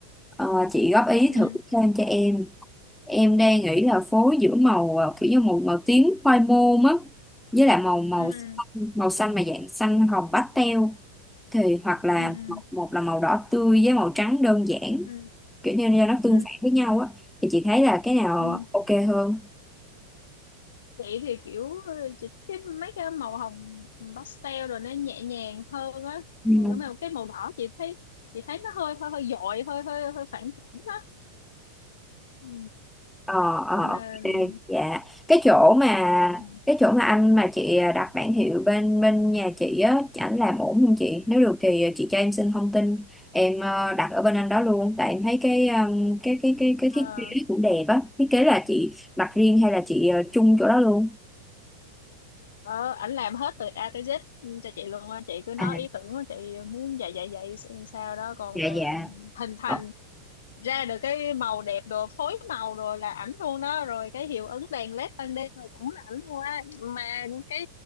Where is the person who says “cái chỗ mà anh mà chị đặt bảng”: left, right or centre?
Centre